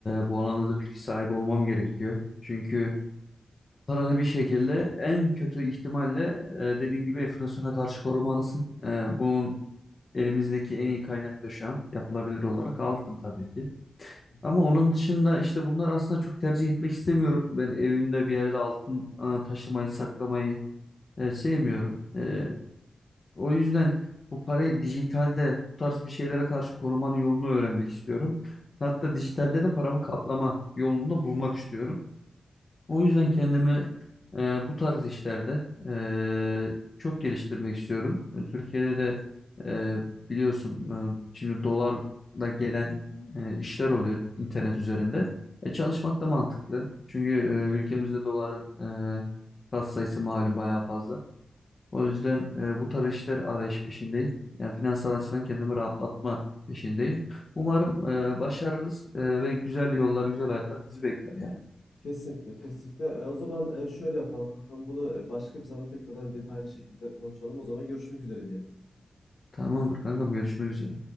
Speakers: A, on the left; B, on the left.
A: bu alanda da bilgi sahibi olmam gerekiyor. Çünkü paranı bir şekilde en kötü ihtimalle e, dediğin gibi enflasyona karşı korumalısın. Ee, bunun elimizdeki en iyi kaynak da şu an yapılabilir olarak altın tabii ki.
B: sana.
A: Ama onun dışında işte bunlar aslında çok tercih etmek istemiyorum. Ben evimde bir yerde altın e, taşımayı, saklamayı e, sevmiyorum. Ee, o yüzden bu parayı dijitalde bu tarz bir şeylere karşı korumanın yolunu öğrenmek istiyorum. Hatta dijitalde de paramı katlama yolunu da bulmak istiyorum. O yüzden kendimi e, bu tarz işlerde e, çok geliştirmek istiyorum. E, Türkiye'de de e, biliyorsun e, şimdi dolarla gelen e, işler oluyor internet üzerinde. E, çalışmak da mantıklı. Çünkü e, ülkemizde doların e, katsayısı malum bayağı fazla. O yüzden e, bu tarz işler arayış peşindeyim. Yani finansal açıdan kendimi rahatlatma peşindeyim. Umarım e, başarırız e, ve güzel yollar, güzel hayatlar bizi bekler yani.
B: Kesinlikle, kesinlikle. E, o zaman e, şöyle yapalım kankam. Bunu e, başka bir zaman tekrardan detaylı şekilde konuşalım. O zaman görüşmek üzere diyelim.
A: Tamamdır kankam görüşmek üzere.